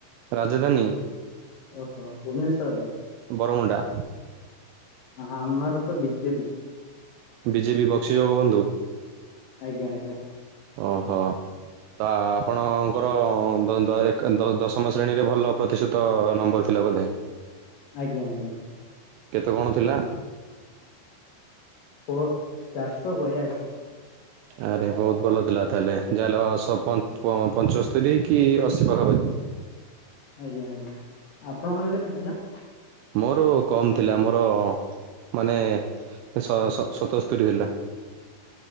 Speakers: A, on the right; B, on the left.
A: ରାଜଧାନୀ।
B: ଓହୋ ଭୁବନେଶ୍ୱର ର।
A: ବରମୁଣ୍ଡା।
B: ଆମର ତ ବିଜେପି।
A: ବିଜେପି ବକ୍ସିୀ ଜଗବନ୍ଧୁ।
B: ଆଜ୍ଞା ଆଜ୍ଞା।
A: ଓହୋ। ତା ଆପଣଙ୍କର <unintelligible> ଦଶମ ଶ୍ରେଣୀରେ ଭଲ ପ୍ରତିଶତ ତ ନମ୍ବର ଥିଲା ବୋଧେ।
B: ଆଜ୍ଞା ଆଜ୍ଞା।
A: କେତେ କଣ ଥିଲା?
B: ଓ ଚାରିଶହ ବୟାଅଶୀ।
A: ଆରେ ବହୁତ ଭଲ ଥିଲା ତାହେଲେ ଯାହା ହେଲେ ନଅସ ପଞ୍ଚସ୍ତରୀ କି ଅଶୀ ପାଖାପାଖି
B: ଆଜ୍ଞା ଆଜ୍ଞା ଆପଣଙ୍କର କେତେ ଥିଲା?
A: ମୋର କମ ଥିଲା ମୋର ମାନେ ସ ସ ସତସ୍ତରୀ ଥିଲା।